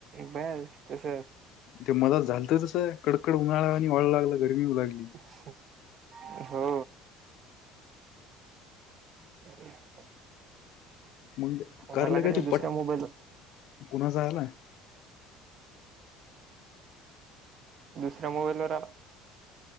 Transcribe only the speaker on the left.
ते मलात झालतचस कडकड उन्हाळा आणि व वाळू लागला गरमी होऊ लागली
मग
कारले का ते
पट
कुणाचा आला